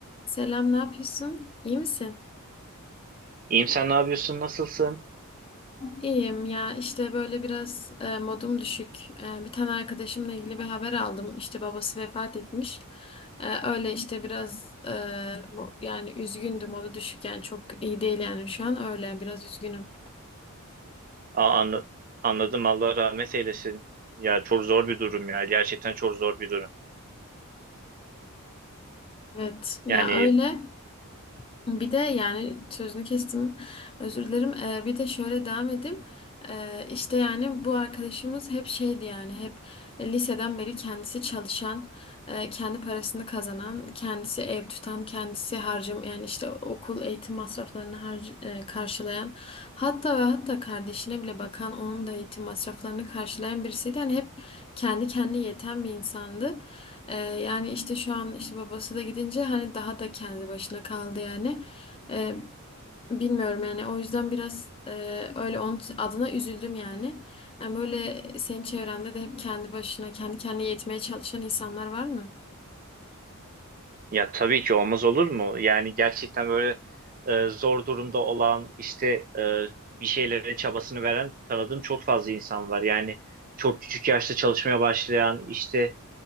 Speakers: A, on the left (about 25°); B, on the right (about 40°).
A: Selam, ne yapıyorsun? İyi misin?
B: İyiyim sen ne yapıyorsun? Nasılsın?
A: İyiyim ya işte böyle biraz e, modum düşük. E, bir tane arkadaşımla ilgili bir haber aldım. İşte babası vefat etmiş. E, öyle işte biraz e, mo- yani üzgündüm modu düşük yani çok iyi değil yani şu an öyle biraz üzgünüm.
B: Aa, anla- anladım Allah rahmet eylesin. Ya çok zor bir durum ya. Gerçekten çok zor bir durum.
A: Evet ya
B: Yani
A: öyle. Bir de yani sözünü kestim özür dilerim. Ee, bir de şöyle devam edeyim. Ee, işte yani bu arkadaşımız hep şeydi yani hep liseden beri kendisi çalışan, e, kendi parasını kazanan, kendisi ev tutan, kendisi harcım yani işte okul eğitim masraflarını harc e, karşılayan hatta ve hatta kardeşine bile bakan onun da eğitim masraflarını karşılayan birisiydi. Yani hep kendi kendine yeten bir insandı. Ee, yani işte şu an işte babası da gidince hani daha da kendi başına kaldı yani. Ee, bilmiyorum yani o yüzden biraz e, öyle onun adına üzüldüm yani. Yani böyle senin çevrende de hep kendi başına kendi kendine yetmeye çalışan insanlar var mı?
B: ya tabii ki olmaz olur mu? Yani gerçekten böyle e, zor durumda olan işte e, bir şeylerin çabasını veren tanıdığım çok fazla insan var. Yani çok küçük yaşta çalışmaya başlayan işte